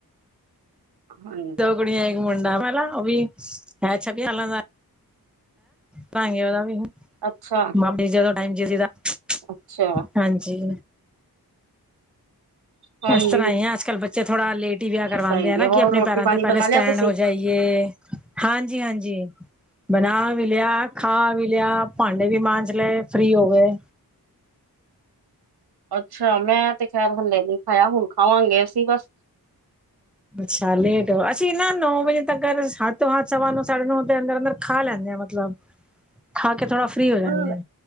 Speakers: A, on the right (about 80°); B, in the centre.
A: ਹਾਂਜੀ
B: ਦੋਗਣੀੀਆਂ <unintelligible> ਮੁੰਡਾ ਪਹਿਲਾ ਉਹ ਵੀ ਹੈ ਛਬੀ ਸਾਲਾਂ ਦਾ ਭਾਂਵੇ ਉਹਦਾ ਵੀ <unintelligible>
A: ਅੱਛਾ।
B: ਆਪਣੀ ਜਦੋਂ ਟਾਈਮ <unintelligible>
A: ਅੱਛਾ
B: ਹਾਂਜੀ
A: ਹਾਂਜੀ
B: ਇਸ ਤਰ੍ਹਾਂ ਹੀ ਆਂ, ਅੱਜ ਕੱਲ੍ਹ ਬੱਚੇ ਥੋੜਾ ਲੇਟ ਹੀ ਵਿਆਹ ਕਰਵਾਉਂਦੇ
A: ਸਹੀ
B: ਹਨਾ
A: ਹੈ ਹੋਰ
B: ਕਿ ਆਪਣੇ
A: ਰੋਟੀ
B: ਪੈਰਾਂ
A: ਪਾਣੀ
B: ਤੇ ਪਹਿਲੇ
A: ਬਣਾ
B: ਸਟੈਂਡ
A: ਲਿਆ ਤੁਸੀਂ
B: ਹੋ ਜਾਏ। ਜੇ, ਹਾਂਜੀ, ਹਾਂਜੀ। ਬਣਾ ਵੀ ਲਿਆ ਖਾ ਵੀ ਲਿਆ ਭਾਂਡੇ ਵੀ ਮਾਂਜ ਲਏ ਫ੍ਰਰੀ ਹੋ ਗਏ।
A: ਅੱਛਾ ਮੈਂ ਤੇ ਖੈਰ ਹਲੇੇ ਨ ਖਾਇਆ ਹੁਣ ਖਾਵਾਂਗੇ ਅਸੀਂ ਬਸ
B: ਅੱਛਾ ਲੇਟ ਹੋ ਅਸੀਂ ਨਾ ਨੌ ਵਜੇ ਤੱਕ ਅਠ ਤੋਂ ਅਠ ਸਵਾ ਨੋ ਸਾਢੇ ਨੌ ਦੇ ਅੰਦਰ ਅੰਦਰ ਖਾ ਲੈਂਦੇ ਹਾਂ। ਮਤਲਬ ਖਾ ਕੇ ਥੋੜਾ ਫਰੀ ਹੋ ਜਾਂਦੇ।
A: ਲ-